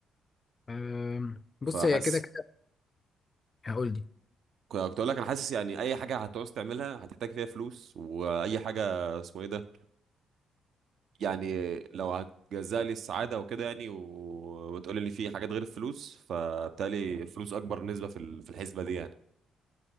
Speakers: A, on the left; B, on the right.
A: أم، بص
B: فحاسس
A: هي كده هقول لي
B: كنت أقول لك أنا حاسس يعني أي حاجة هتعوز تعملها هتحتاج فيها فلوس وأي حاجة اسمه إيه ده يعني لو هتجزأ لي السعادة وكده يعني و... وتقول لي في حاجات غير الفلوس فبالتالي الفلوس أكبر نسبة في ال- في الحسبة دي يعني